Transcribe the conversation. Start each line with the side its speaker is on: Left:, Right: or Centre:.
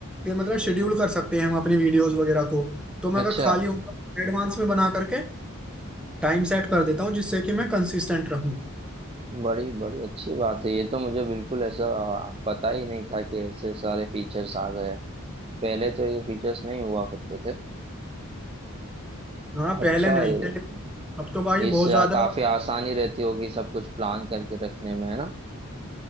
Centre: ये मतलब शेड्यूल कर सकते हैं हम अपनी वीडियोस वगैरह को तो मैं अगर
Right: अच्छा
Centre: खाली होता एडवांस में बना करके टाइम सेट कर देता हूँ जिससे कि मैं कंसिस्टेंट रहूँ
Right: बड़ी बड़ी अच्छी बात है ये तो मुझे बिल्कुल ऐसा आ, पता ही नहीं था कि ऐसे सारे फीचर्स आ गए पहले तो ये फीचर्स नहीं हुआ करते थे
Centre: हाँ
Right: अच्छा
Centre: पहले नहीं
Right: ये
Centre: थे लेकिन अब तो भाई
Right: इस
Centre: बहुत
Right: आ,
Centre: ज्यादा
Right: काफी आसानी रहती होगी सब कुछ प्लान करके रखने में है ना